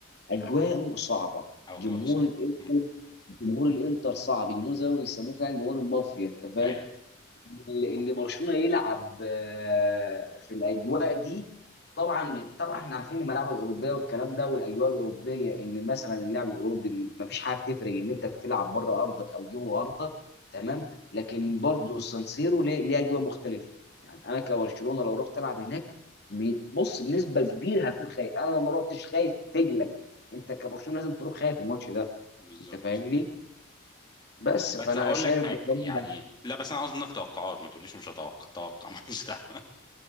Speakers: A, on the left; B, on the left.
A: اجواءه صعبه
B: او
A: جمهور
B: جراءه صح
A: الانتر
B: م،
A: جمهور الانتر صعب جمهور زي ما بيسموه فعلا جمهور المافيا انت فاهم
B: ايوه
A: اللي برشلونه يلعب آه، في الاجواء دي طبعا طبعا احنا عارفين الملاعب الاوروبيه والكلام ده والاجواء الاوروبيه ان مثلا اللعب الاوروبي مفيش حاجه تفرق ان انت بتلعب بره ارضك او جوه ارضك تمام لكن برضه السانسيرو ليه ليه اجواء مختلفه يعني انا كبرشلونه لو رحت العب هناك بي- بص بنسبه كبيره هكون خايف انا لو ما رحتش خايف تجلك انت كبرشلونه لازم تروح خايف الماتش ده
B: بالظبط
A: انت فاهمني بس
B: بس
A: فانا
B: هقول
A: شايف
B: لك حاجه
A: بصراحه
B: يعني لا بس انا عاوز منك توقعات ما تقوليش مش هتوقع توقع ماليش دعوه